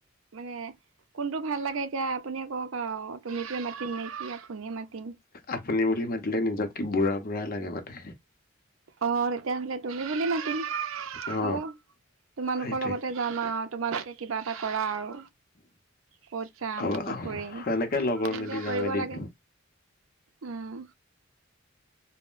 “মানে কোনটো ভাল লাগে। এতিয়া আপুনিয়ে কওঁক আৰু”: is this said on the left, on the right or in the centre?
Right